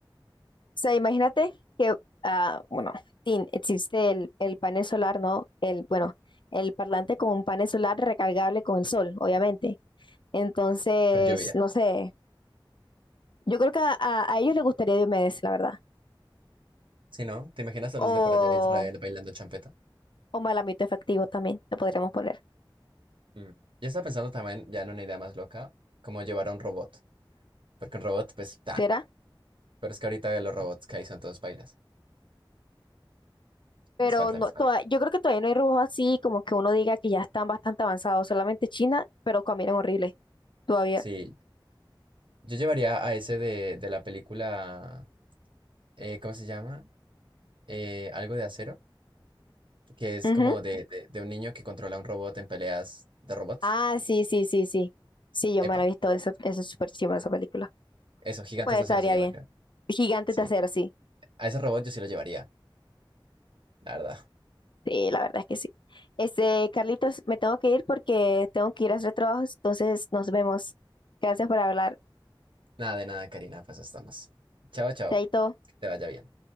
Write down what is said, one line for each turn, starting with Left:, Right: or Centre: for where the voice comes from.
Left: sea, imagínate que, ah, bueno, tin- existe el, el panel solar, ¿no? El, bueno, el parlante con un panel solar recargable con el sol, obviamente. Entonces,
Right: con lluvia.
Left: no sé, yo creo que a, a- a ellos les gustaría Diomedes, la verdad.
Right: Sí, ¿no? ¿Te imaginas a
Left: o,
Right: los de por allá de Israel bailando champeta?
Left: o Malamito Efectivo también, lo podríamos poner.
Right: Mm. Yo estaba pensando también, ya en una idea más loca, como llevar a un robot. Porque un robot, pues, tan.
Left: ¿Será?
Right: Pero es que ahorita los robots que hay son todos bailas.
Left: Pero
Right: Les falta,
Left: no,
Right: les
Left: toda-
Right: falta.
Left: yo creo que todavía no hay robots así, como que uno diga que ya están bastante avanzados, solamente China, pero caminan horrible todavía.
Right: Sí, yo llevaría a ese de, de la película, eh, ¿cómo se llama? Eh, algo de acero, que es
Left: Ujú.
Right: como de, de, de un niño que controla un robot en peleas de robots.
Left: Ah, sí, sí, sí, sí. Sí, yo
Right: Epa,
Left: me la he visto, eso, eso es súper chimba esa película.
Right: eso, Gigantes
Left: Pues
Right: de
Left: estaría
Right: Acero se llama,
Left: bien.
Right: creo.
Left: Gigantes
Right: Sí,
Left: de acero, sí.
Right: a ese robot yo sí lo llevaría, la verdad.
Left: Sí, la verdad es que sí. Este, Carlitos, me tengo que ir porque tengo que ir a hacer trabajos, entonces nos vemos. Gracias por hablar.
Right: Nada de nada, Karina, pues estamos. Chao, chao,
Left: Chaito.
Right: que te vaya bien.